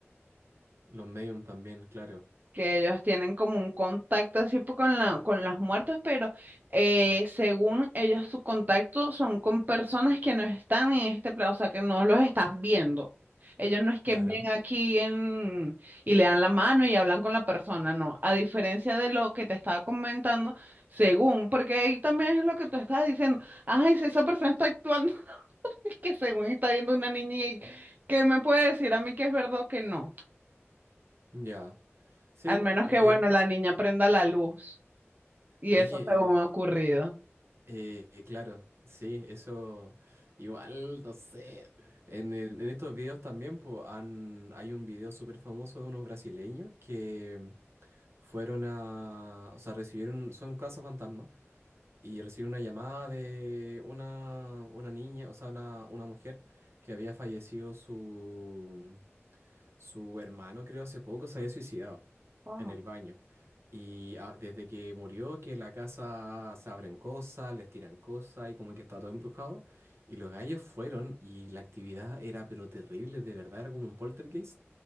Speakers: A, on the right; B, on the right.
A: Los medium también, claro.
B: que ellos tienen como un contacto así po- con la, con los muertos, pero eh, según ellos su contacto son con personas que no están en este plano, o sea, que no los estás viendo. Ellos no es que
A: Claro.
B: ven aquí en, y le dan la mano y hablan con la persona, no. A diferencia de lo que te estaba comentando, según, porque ahí también es lo que tú estabas diciendo, ay, si esa persona está actuando, <laughs> es que según está viendo una niña y que me puede decir a mí que es verdad o que no.
A: Ya. Sí,
B: Al menos
A: ok.
B: que, bueno, la niña prenda la luz. Y
A: Oye,
B: eso según
A: eh,
B: ha ocurrido.
A: eh, claro, sí, eso igual, no sé. En, el- en estos videos también po, han, hay un video súper famoso de unos brasileños que fueron a, o sea, recibieron, son casas fantasma y recibí una llamada de una, una niña, o sea, una, una mujer que había fallecido su, su hermano, creo, hace poco se había suicidado
B: Wow,
A: en el baño. Y ah, desde que murió, que la casa se abren cosas, les tiran cosas y como que está todo embrujado. Y los gallos fueron y la actividad era pero terrible, de verdad, era como un poltergeist,